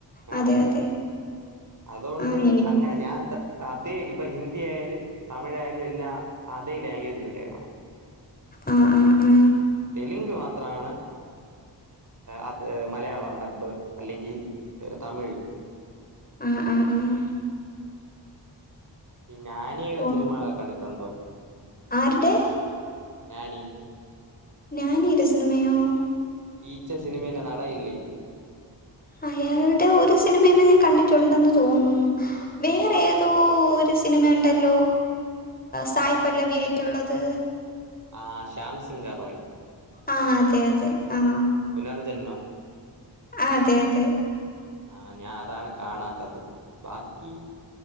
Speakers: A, on the right; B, on the left.
A: ആ
B: ആഹ് അതെ അതെ
A: അതുകൊണ്ട്
B: ആ എനി
A: അങ്ങനെ ഞാൻ തെ അതേ ഇപ്പൊ ഹിന്ദി ആയാലും തമിഴായാലും എല്ലാം അതേ ലാംഗ്വേജിലിട്ടേ കാണാം.
B: ആ ആ ആ
A: തെലുങ്ക് മാത്ര ത്രമാണ് അത് മലയാളം ഡബ് അല്ലെങ്കിൽ തമിഴ്.
B: ആഹ് ആഹ് ആഹ്
A: ഈ നാണിയുടെ
B: ഓ
A: സിനിമകളെക്കെ കണ്ടിട്ടുണ്ടോ?
B: ആരുടെ?
A: നാനി
B: നാനി യുടെ സിനിമയോ?
A: ഈച്ച സിനിമയില നടാ ഇല്ലേ?
B: അയാളുടെ ഒരു സിനിമ തന്നെ ഞാൻ കണ്ടിട്ടുണ്ടെന്ന് തോന്നുന്നു. വേറെ ഏതോ ഒരു സിനിമ ണ്ടല്ലോ? സായ് പല്ലവി ആയിട്ടുള്ളത്.
A: ആഹ ഷ്യാംസിഗറോയ്.
B: ആഹ് അതെ അതെ ആഹ
A: പുനർജന്മം.
B: ആഹ് അതെ അതെ
A: ആഹ് ഞാൻ അതാണ് കാണാത്തത് ബാക്കി.